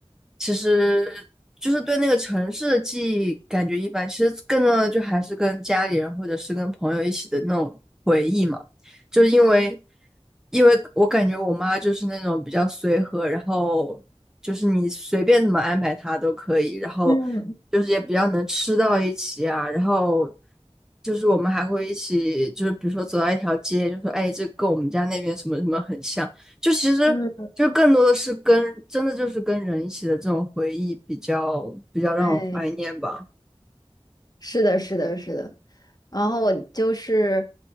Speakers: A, in the centre; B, on the left.
A: 其实就是对那个城市的记忆感觉一般。其实更多的就还是跟家里人或者是跟朋友一起的那种回忆嘛。就是因为，因为我感觉我妈就是那种比较随和，然后就是你随便怎么安排她都可以，然后
B: 嗯
A: 就是也比较能吃到一起啊，然后就是我们还会一起，就是比如说走到一条街，就说哎，这跟我们家那边什么什么很像，就其实就更多的是跟真的就是跟人一起的这种回忆比较比较让我怀念吧。
B: 嗯，对。是的，是的，是的。然后我就是